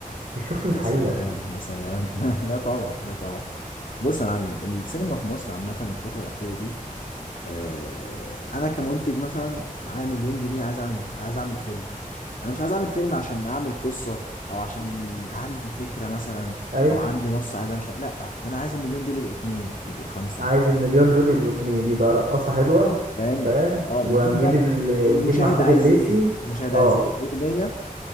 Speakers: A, on the right; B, on the left.
A: الشخص مش
B: يا
A: حقيقي
B: سلام
A: اصلا
B: يا سلام <laughs> لا طبعا لا طبعا بص يا معلم السينما في مصر عامة الفترة الأخيرة دي آه، أنا كمنتج مثلا معايا مليون جنيه عايز أعمل عايز أعمل فيلم أنا مش عايز أعمل فيلم عشان أعمل قصة أو عشان عندي فكرة مثلا
A: ايوه
B: أو عندي نص عايز أمشي لا أنا عايز المليون دول يبقوا اتنين يبقوا خمسة
A: عايز المليون دول يبقوا اتنين يبقى رقاصة حلوة
B: فاهم
A: فاهم
B: أه
A: وهنجيب
B: بتجيب بقى
A: ال...
B: المشاهد
A: ونجيب محمود
B: عايز
A: الليثي
B: إيه المشاهد
A: اه
B: عايز إيه أغنية